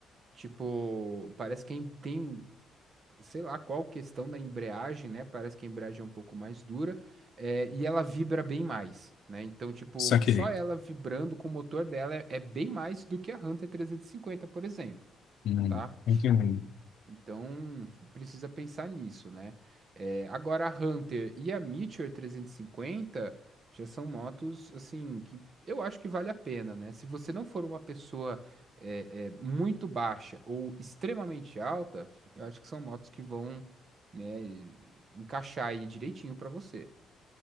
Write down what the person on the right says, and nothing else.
Tipo, parece que tem sei lá qual questão da embreagem, né? Parece que a embreagem é um pouco mais dura, é, e ela vibra bem mais, né? Então, tipo,
só ela vibrando com o motor dela é, é bem mais do que a Hunter 350, por exemplo.
tá?
Então, precisa pensar nisso, né? É, agora, a Hunter e a Meteor 350 já são motos, assim, que eu acho que vale a pena, né? Se você não for uma pessoa é, é, muito baixa ou extremamente alta, eu acho que são motos que vão, né, encaixar aí direitinho pra você.